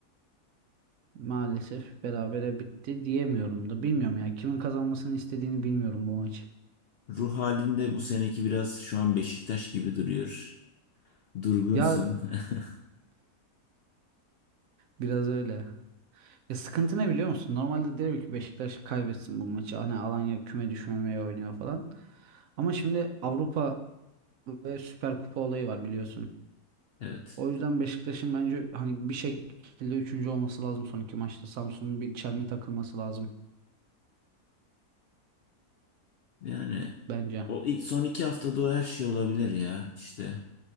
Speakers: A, on the right; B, on the left.
A: Maalesef berabere bitti diyemiyorum da. Bilmiyorum ya kimin kazanmasını istediğini bilmiyorum bu maçı.
B: Ruh halinde bu seneki biraz şu an Beşiktaş gibi duruyor. Durgunsun.
A: Ya
B: <laughs>
A: biraz öyle. Ya sıkıntı ne biliyor musun? Normalde derim ki Beşiktaş kaybetsin bu maçı. Hani Alanya küme düşmemeye oynuyor falan. Ama şimdi Avrupa ve Süper Kupa olayı var biliyorsun.
B: Evet.
A: O yüzden Beşiktaş'ın bence hani bir şekilde üçüncü olması lazım son iki maçta. Samsun'un bir çelme takılması lazım
B: Yani
A: bence.
B: o ilk- son iki haftada o her şey olabilir ya işte.